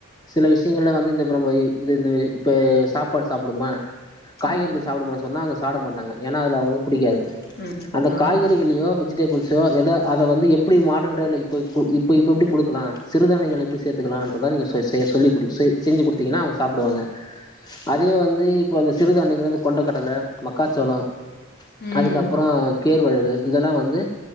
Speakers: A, on the left (about 20°); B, on the left (about 50°).
A: சில விஷியங்கள்ல வந்து இந்தப்றோ போயி இது இந்த இப்போ சாப்பாடு சாப்டுமா காய்கறிகள்
B: ம்
A: சாப்டுமா சொன்னா அவுங்க சாப்ட மாட்டாங்க ஏன்னா அதுல <inaudible> புடிக்காது
B: ம்
A: அந்த
B: ஆமா
A: காய்கறிகள்ளயோ வெஜிடபிள் ஸோ ஏதோ அத வந்து எப்டி மாடர்ன் <unintelligible> இப்ப கு இப்ப எப்ப எப்டி குடுக்கலா சிறுதானியங்கள எப்டி சேத் துக்கலான்றத நீங்க சே செய்ய சொல்லி குடு செ செஞ்சு குடுத்தீங்கன்னா அவுங்க சாப்டுவாங்க அதே வந்து இப்ப அந்த சிறுதானியங்கள்ள வந்து கொண்டக்கடல மக்காச்சோளோ
B: ம்
A: அதுக்கப்றோ கேர்வழுகு இதல்லா வந்து